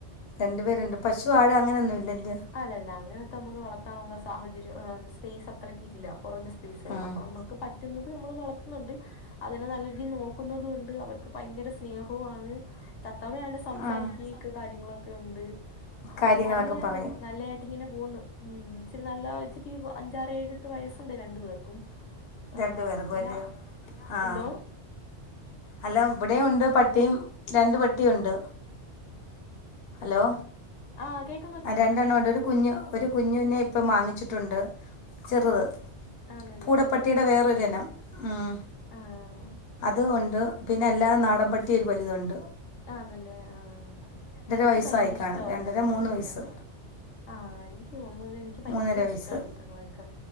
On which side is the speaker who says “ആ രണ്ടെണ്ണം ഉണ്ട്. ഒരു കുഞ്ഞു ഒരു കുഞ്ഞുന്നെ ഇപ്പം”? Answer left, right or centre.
Left